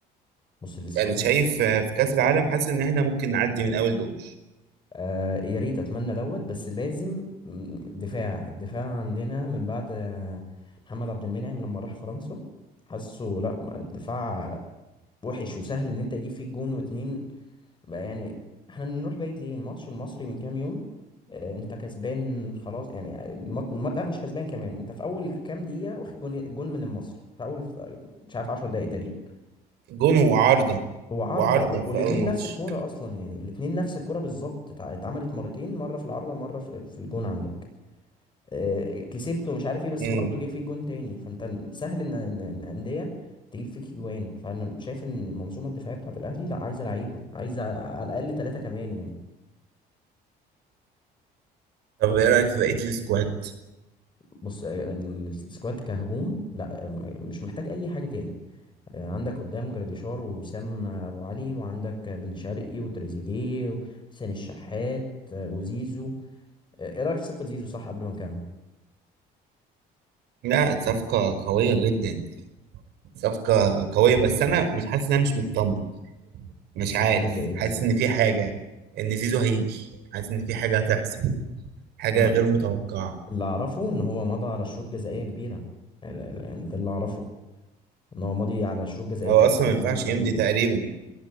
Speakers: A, on the left; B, on the right.
A: بص السكواد
B: انا شايف آه، في كاس العالم حاسس ان احنا ممكن نعدي من اول دور
A: آه يا ريت اتمنى دوت بس لازم م- دفاع الدفاع عندنا من بعد آه، محمد عبد المنعم لما راح فرنسا حاسه لا ما الدفاع وحش وسهل ان انت يجيب فيك جون واتنين بقى يعني احنا نروح بعيد ليه الماتش المصري من كام يوم آه، انت كسبان خلاص يعني المط... الم- لا مش كسبان كمان انت في اول كام دقيقة واخد جون جون من المصري في اول آه، مش عارف 10 دقايق تقريبا
B: جون وعارضه
A: هو عارضة
B: وعارضه
A: و- والاتنين
B: في اول ماتش
A: نفس الكورة أصلا يعني الاتنين نفس الكورة بالظبط اتع- اتعملت مرتين مرة في العارضة ومرة في في الجون عندك آه، كسبته مش عارف ايه بس
B: امم
A: برضه جه فيك جون تاني فانت سهل ان إن- إن أندية تجيب فيك جوان فانا شايف ان المنظومة الدفاعية بتاعة الأهلي لا عايزة لعيبة عايزة على الأقل ثلاثة كمان يعني
B: طب
A: هجوم
B: ايه رايك في بقيه السكواد
A: بص آه، ال- السكواد كهجوم لا آه، م- مش محتاج أي حاجة تاني آه، عندك قدام جراديشار ووسام أبو علي وعندك بن شرقي وتريزيجيه وحسين الشحات آه، وزيزو ايه رايك في صفقه زيزو صح قبل ما نكمل
B: لا صفقه قويه جدا صفقه قويه بس انا مش حاسس ان انا مش مطمن
A: مش
B: مش عارف
A: مطمن لايه
B: حاسس
A: بالظبط
B: ان في حاجه ان زيزو هيجي حاسس ان في حاجه هتحصل حاجه
A: انا
B: غير متوقعه
A: اللي اعرفه ان هو مضى على شروط جزائيه كبيره يعني يعني يعني ده اللي اعرفه ان هو ماضي على شروط جزائيه
B: هو
A: تقريبا
B: اصلا ما
A: 400
B: ينفعش
A: مليون
B: يمضي تقريبا